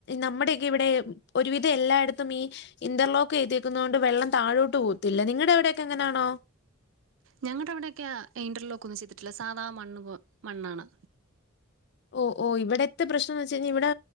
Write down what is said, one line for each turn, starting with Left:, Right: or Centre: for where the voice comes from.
Left: നമ്മുടെക്കെ ഇവിടെ ഒരുവിധം എല്ലായിടത്തും ഈ ഇന്റർലോക്ക് ചെയ്തേക്കുന്നോണ്ട് വെള്ളം താഴോട്ട് പോവത്തില്ല. നിങ്ങടെ അവിടെയൊക്കെ എങ്ങനാണോ
Right: ഞങ്ങടെ അവിടെയൊക്കെയാ ഇൻ്റർലോക്കൊന്നും ചെയ്തിട്ടില്ല സാധാ മണ്ണ് പോ മണ്ണാണ്.
Left: ഓഹ് ഓഹ് ഇവെടെത്തെ പ്രശ്നംന്ന് വെച്ച് കഴിഞ്ഞ് ഇവടെ